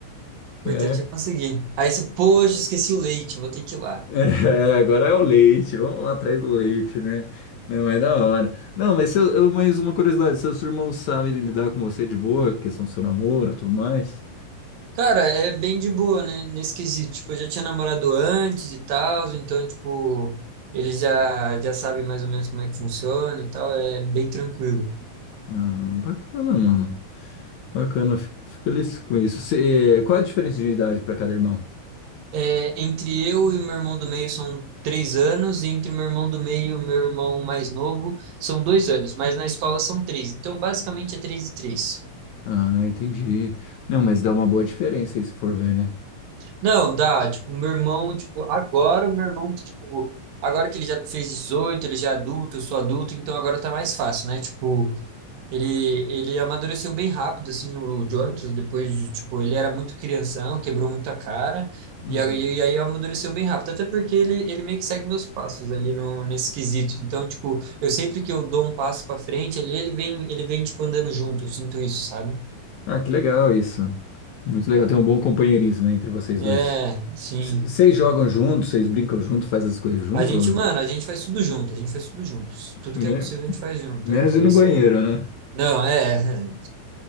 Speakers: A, on the right; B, on the left.
A: O
B: né?
A: importante é conseguir. Aí você, poxa, esqueci o leite, vou ter que ir lá.
B: É, agora é o leite, vamos lá atrás do leite, né? Não, é da hora. Não, mas, seu, eu- mas uma curiosidade, seus irmãos sabem lidar com você de boa, questão do seu namoro e tudo mais?
A: Cara, é bem de boa, né? Nesse quesito. Tipo, eu já tinha namorado antes e tal, então, tipo, eles já, já sabem mais ou menos como é que funciona e tal, é bem tranquilo.
B: Ah, bacana, mano. Bacana, fico fico feliz com isso. Você, qual a diferença de idade para cada irmão?
A: É, entre eu e o meu irmão do meio são três anos, e entre o meu irmão do meio e o meu irmão mais novo são dois anos, mas na escola são três. Então, basicamente, é três e três.
B: Ah, entendi. Não, mas dá uma boa diferença aí se for ver, né?
A: Não, dá, tipo, meu irmão, tipo, agora o meu irmão, tipo, agora que ele já fez 18 ele já é adulto, eu sou adulto, então agora tá mais fácil, né? Tipo, Ele, ele amadureceu bem rápido, assim, o Jonathan, depois, de, tipo, ele era muito crianção, quebrou muito a cara,
B: Uhum.
A: e aí, e aí amadureceu bem rápido, até porque ele, ele meio que segue meus passos ali no, nesse quesito. Então, tipo, eu sempre que eu dou um passo para frente, ali ele vem, ele vem, tipo, andando junto, eu sinto isso, sabe?
B: Ah, que legal isso. Muito legal, tem um bom companheirismo entre vocês
A: É,
B: dois.
A: sim.
B: C- Vocês jogam juntos, vocês brincam junto, fazem as coisas junto?
A: A gente, mano, a gente faz tudo junto, a gente faz tudo juntos. Tudo
B: Né?
A: que é possível a gente faz junto.
B: Menos
A: É
B: ir no
A: isso.
B: banheiro,
A: é-
B: né?
A: Não, é. é,